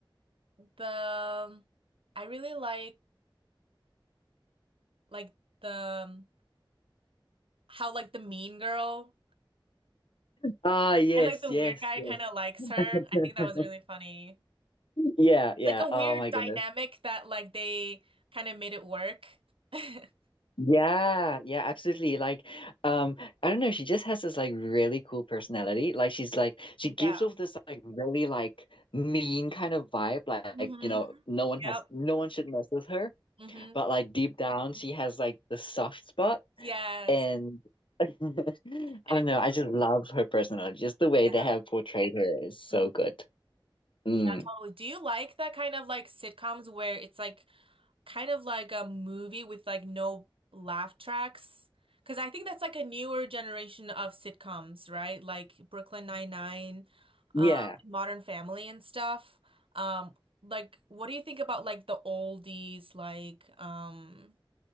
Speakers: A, on the right; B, on the left.
A: the I really like like the um, how like the mean girl
B: Ah, yes,
A: and like the
B: yes,
A: weird guy
B: yes.
A: kind of likes her. I
B: <laughs>
A: think that was really funny.
B: Yeah,
A: It's
B: yeah.
A: like a weird
B: Oh my
A: dynamic
B: goodness.
A: that like they kind of made it work. <laughs>
B: Yeah, yeah, absolutely. Like, um, I don't know, she just has this like really cool personality. Like she's like she
A: Yeah.
B: gives off this like really like mean kind of vibe, like,
A: hmm
B: you know, no one
A: Yep.
B: has no one should mess with her,
A: hmm
B: but like deep down she has like the soft spot
A: Yes.
B: and <laughs> I don't
A: And it's
B: know, I
A: so
B: just love
A: sweet.
B: her personality. Just the way
A: Yeah.
B: they have portrayed her is so
A: hmm
B: good. Mm.
A: Yeah, totally. Do you like that kind of like sitcoms where it's like kind of like a movie with like no laugh tracks. Because I think that's like a newer generation of sitcoms, right? Like Brooklyn Nine-Nine,
B: Yeah,
A: um, Modern Family and stuff. Um, like what do you think about like the oldies, like um